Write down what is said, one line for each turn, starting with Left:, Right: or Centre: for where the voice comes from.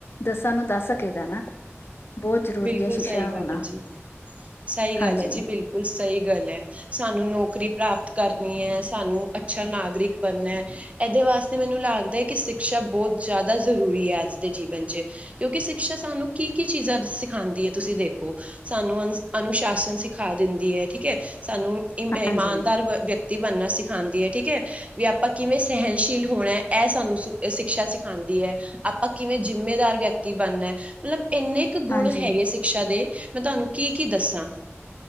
Left: ਦੱਸਾਂ ਨੂੰ ਦੱਸ ਸਕੇਗਾ ਨਾ। ਬਹੁਤ ਜ਼ਰੂਰੀ
Right: ਬਿਲਕੁਲ
Left: ਹੈ ਸਿਕਸ਼ਾ
Right: ਸਹੀ
Left: ਹੋਣਾ
Right: ਗੱਲ ਹੈ ਜੀ ਸਹੀ ਗੱਲ
Left: ਹਾਂਜੀ
Right: ਹੈ ਜੀ ਬਿਲਕੁਲ ਸਹੀ ਗੱਲ ਹੈ। ਸਾਨੂੰ ਨੌਕਰੀ ਪ੍ਰਾਪਤ ਕਰਨੀ ਹੈ ਸਾਨੂੰ ਅੱਛਾ ਨਾਗਰਿਕ ਬਣਨਾ। ਇਹਦੇ ਵਾਸਤੇ ਮੈਨੂੰ ਲੱਗਦਾ ਹੈ ਕਿ ਸਿਕਸ਼ਾ ਬਹੁਤ ਜ਼ਿਆਦਾ ਜ਼ਰੂਰੀ ਹੈ ਅੱਜ ਦੇ ਜੀਵਨ ' ਕਿਉਂਕਿ ਸਿਕਖਸ਼ਾ ਸਾਨੂੰ ਕੀ ਕੀ ਚੀਜ਼ਾਂ ਸ ਸਿਖਾਉਦੀ ਹੈ ਤੁਸੀਂ ਦੇਖੋ ਸਾਨੂੰ ਅਨ ਅਨੁਸ਼ਾਸਨ ਸਿਖਾ ਦਿੰਦੀ ਹੈ ਠੀਕ ਹੈ ਸਾਨੂੰ। ਇਮਾਨਦਾਰ
Left: ਹਾਂਜੀ
Right: ਵਿਅਕਤੀ ਬਣਨਾ ਸਿਖਾਉਂਦੀ ਹੈ ਠੀਕ ਹੈ। ਵੀ ਆਪਾਂ ਕਿਵੇਂ ਸਹਿਣਸ਼ੀਲ ਹੋਣਾ ਇਹ ਸਾਨੂੰ ਸਿਕਸ਼ਾ ਸਿਖਾਉਂਦੀ ਹੈ। ਆਪਾਂ ਕਿਵੇਂ ਜਿੰਮੇਦਾਰ ਵਿਅਕਤੀ ਬਣਨਾ ਮਤਲਬ ਇੰਨੇ ਗੁਣ
Left: ਹਾਂਜੀ
Right: ਹੈਗੇ ਸ਼ਿਕਸ਼ਾ ਦੇ ਮੈਂ ਤੁਹਾਨੂੰ ਕੀ ਕੀ ਦੱਸਾਂ